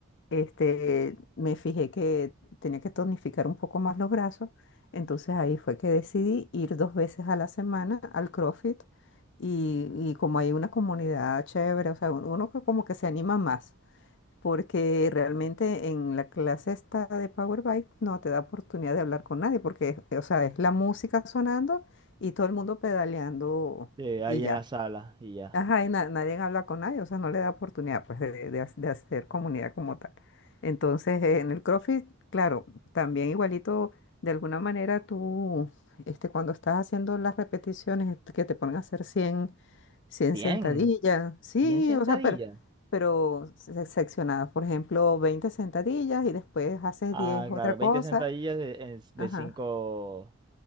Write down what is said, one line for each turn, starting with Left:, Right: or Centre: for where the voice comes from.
Left: este, me fijé que tenía que tonificar un poco más los brazos. Entonces ahí fue que decidí ir dos veces a la semana al CrossFit y, y como hay una comunidad chévere, o sea, uno que como que se anima más porque realmente en la clase esta de Power BI no te da oportunidad de hablar con nadie, porque, o sea, es la música sonando y todo el mundo pedaleando
Right: De ahí
Left: y ya.
Right: en la sala y ya.
Left: Ajá, y na- nadie habla con nadie, o sea, no le da oportunidad pues de, de ha- de hacer comunidad como tal. Entonces, eh, en el CrossFit, claro, también igualito, de alguna manera tú, este, cuando estás haciendo las repeticiones que te ponen a hacer cien cien
Right: cien
Left: sentadillas, sí,
Right: cien sentadillas.
Left: o sea, pero, pero se- seccionadas, por ejemplo, 20 sentadillas y después haces
Right: Ah,
Left: 10 otra
Right: claro,
Left: cosa,
Right: veinte sentadillas de, en- de
Left: ajá.
Right: 5